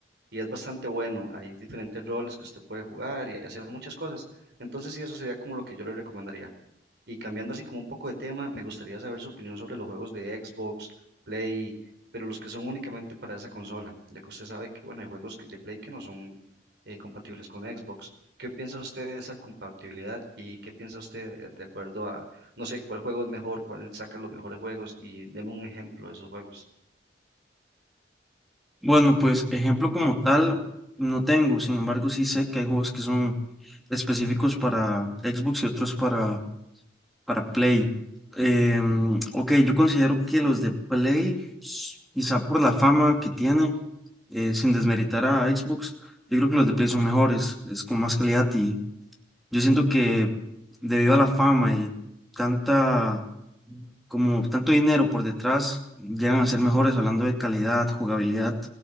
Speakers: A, on the right; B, in the centre.
A: es bastante bueno. Hay diferentes roles que usted puede jugar y hacer muchas cosas. Entonces, sí, eso sería como lo que yo le recomendaría. Y cambiando así como un poco de tema, me gustaría saber su opinión sobre los juegos de Xbox, Play, pero los que son únicamente para esa consola, ya que usted sabe que, bueno, hay juegos que- de Play que no son eh, compatibles con Xbox. ¿Qué piensa usted de esa compatibilidad y qué piensa usted de de acuerdo a, no sé, cuál juego es mejor, cuál saca los mejores juegos y deme un ejemplo de esos juegos?
B: Bueno, pues ejemplo como tal no tengo, sin embargo sí sé que hay juegos que son específicos para Xbox y otros para Para Play. Em, ok, yo considero que los de Play, s- quizá por la fama que tiene, eh, sin desmeritar a Xbox, yo creo que los de Play son mejores, es con más calidad y yo siento que debido a la fama y tanta, como tanto dinero por detrás, llegan a ser mejores hablando de calidad, jugabilidad,